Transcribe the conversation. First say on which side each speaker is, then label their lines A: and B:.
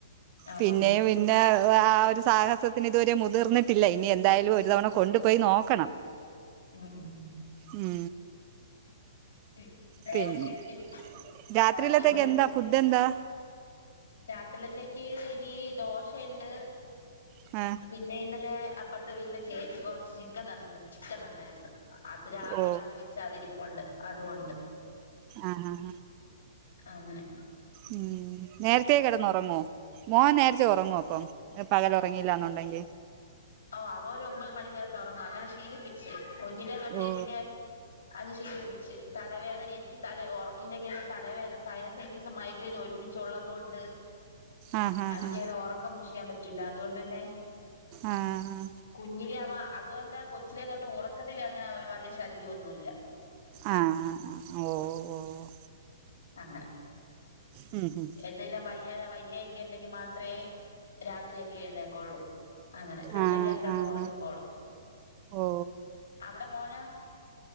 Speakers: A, on the left; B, on the right.
A: ആഹ്
B: പിന്നെയും
A: ആഹ്
B: പിന്നെ ആ ഒരു സാഹസത്തിന് ഇതുവരെ മുതിർന്നിട്ടില്ല ഇനി എന്തായാലും ഒരു തവണ കൊണ്ടുപോയി നോക്കണം
A: മം മം
B: ഉം
A: <unintelligible>
B: പിന്നെ രാത്രിയിലത്തേക്ക്
A: ഇബടെ
B: എന്താ ഫുഡ് എന്താ
A: രാത്രിലെത്തേക്ക് ഇനി ദോശയിണ്ട്
B: മ്മ്ഹ്
A: പിന്നെ ഇന്നലെ അപ്പറത്തെ വീട്ടിലെ ചേച്ചി കൊറച്ച് ചിക്കൻ തന്ന് ചിക്കൻ തന്നായിരുന്നു അത് രാവിലെ
B: ഓ
A: കറി വെച്ചാ അതിരിപ്പണ്ട് അതുകൊണ്ട്
B: ആഹ് ആഹ് ആഹ്
A: അങ്ങനെ
B: ഉം നേരത്തേ കിടന്നുറങ്ങോ മോൻ നേരത്തെ ഉറങ്ങോപ്പം പകല ഉറങ്ങിയില്ലന്നുണ്ടെങ്കി
A: ഓ അവ ഒരു ഒമ്പത് മണിക്കക തുറങ്ങും അങ്ങനെ ശീലിപ്പിച്ച് കുഞ്ഞിലേ തൊട്ടേ
B: ഓ
A: പിന്നെ അത് ഷീലിപ്പിച്ച് തലവേദന എനിക്ക് തല ഉറക്കയിലേക്കെ തലവേദന സൈനസറ്റീസ മൈഗ്രൈന ഒരുമി ചുള്ളത് കൊണ്ട്
B: ആ ആ ആ
A: എനിക്കിങ്ങനെ ഉറക്കം മുഷിയാൻ പറ്റൂല്ല അതുകൊണ്ട് തന്നെ
B: ആഹ്
A: കുഞ്ഞില അവ അതുവല്ല കൊച്ചിലേ തൊട്ട് ഉറക്കത്തില് അങ്ങനെ അവ വല ശല്യന്നുല്ല
B: ആഹ് ഓഹ് ഓഹ്
A: അങ്ങനെ
B: മം മം
A: എന്തെങ്കലും വയ്യ വയ്യ ഒക്കെ ണ്ടെങ്കി മാത്രെ രാത്രിയൊക്കെ എഴുന്നേക്കുള്ളൂ അങ്ങനെ അല്ലെങ്ക
B: ആ
A: <unintelligible> കിടന്ന്
B: ആ
A: ഉറങ്ങിക്കോളും
B: ആ ഓ
A: അവിടെ മോനാ